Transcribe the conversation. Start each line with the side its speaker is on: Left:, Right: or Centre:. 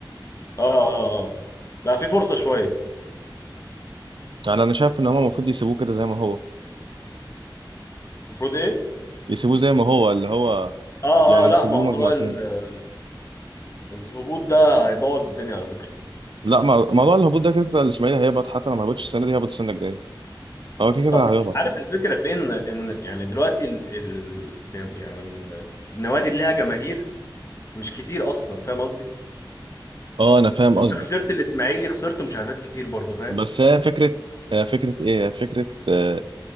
Left: اه اه اه بقى في فرصة شوية
Right: يعني أنا شايف إن هما المفروض يسيبوه كده زي ما هو
Left: المفروض ايه
Right: يسيبوه زي ما هو اللي هو
Left: اه
Right: يعني
Left: اه لا
Right: يسيبوه
Left: موضوع
Right: مجموعتين
Left: ال- الهبوط ده هيبوظ الدنيا على فكرة
Right: لا مع- موضوع الهبوط ده كده كده الإسماعيلي هيهبط حتى لو ما هبطش السنة دي هيهبط السنة الجاية هو كده كده
Left: طب
Right: هيهبط
Left: عارف
Right: يعني
Left: الفكرة في ان ان يعني دلوقتي ال ال يعني ال- النوادي اللي لها جماهير مش كتير اصلا فاهم قصدي
Right: أه أنا فاهم
Left: فانت
Right: قصدك
Left: خسرت الاسماعيلي خسرت مشاهدات كتير برضو فاهم
Right: بس هي فكرة هي فكرة إيه هي فكرة آه،